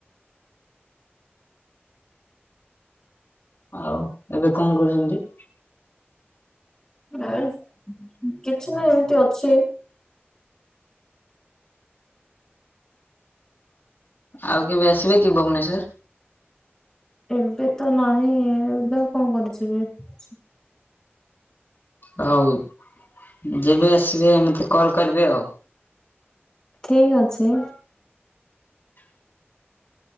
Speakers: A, on the left; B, on the left.
A: ଆଉ ଏବେ କଣ କରୁଚନ୍ତି?
B: ଏଇ କିଛି ନାଇଁ ଏମିତି ଅଛି।
A: ଆଉ କେବେ ଆସିବେ କି ଭୁବନେଶ୍ଵର?
B: ଏବେ ତ ନାହିଁ ଏବେ ଆଉ କଣ <unintelligible>
A: ହଉ ଯେବେ ଆସିବେ ମତେ କଲ୍ କରିବେ ଆଉ।
B: ଠିକ ଅଛି।